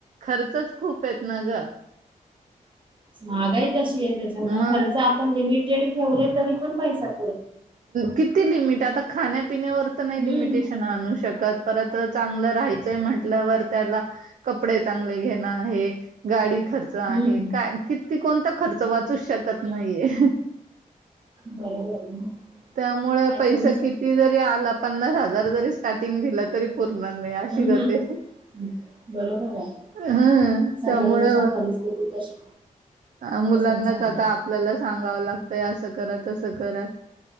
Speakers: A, on the right; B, on the right.
A: खर्चच खूप आहेत ना ग.
B: महागाई तशी आहे त्याच्यामु
A: मग
B: खर्च आपण लिमिट. ठेवले तरी पण पैसात
A: किती लिमिट. त्या आता खाण्यात. पिण्यावर तर नाही
B: हम्म.
A: लिमिटेशन आणू शकत. परत चांगलं राहायचंय म्हण. त्यावर त्याला कपडे चांगले घेण. आहे गाडी. खर्च आहे
B: हम्म
A: काय किती कोण. त खर्च वाचू शकत नाहीेये.
B: बरोबर. आहे ना
A: त्यामुळे
B: ऐकूनच
A: पैसा किती जरी आला, पन्नास हजार जरी स्टार्टिंग दिलं तरी पूरता र नाही अशि
B: हम्म
A: गतय.
B: हम्म. बरोबर आहे
A: हम,
B: सगळ्यांच्या
A: त्यामुळे
B: परिस्थिती तशी
A: मुलांनाच
B: तसच झालंय.
A: आता आपल्याला सांगावं लागतंय, असं करा, तसं करा.